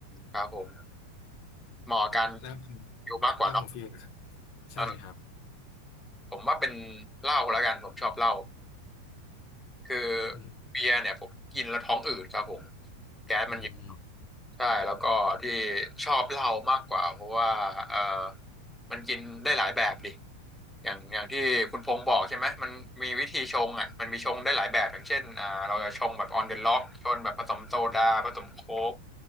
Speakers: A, in the centre; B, on the left.
A: ครับผมเหมาะกับการ
B: แล้ว
A: อยู่มากกว่าเนาะ
B: แล้วของฟิลล่ะครับใช่ครับ
A: เออผมว่าเป็นเหล้าแล้วกันผมชอบเหล้าคือ
B: อืม
A: เบียร์เนี่ยผมกินแล้วท้องอืดครับผมแก๊สมันเยอะ
B: อืม
A: ใช่แล้วก็ที่ชอบเหล้ามากกว่าเพราะว่าเออมันกินได้หลายแบบดิอย่างอย่างที่คุณพงษ์บอกใช่ไหมมันมีวิธีชงอ่ะมันมีชงได้หลายแบบอย่างเช่นอ่าเราจะชงแบบ on the log ชงแบบผสมโซดาผสมโค้ก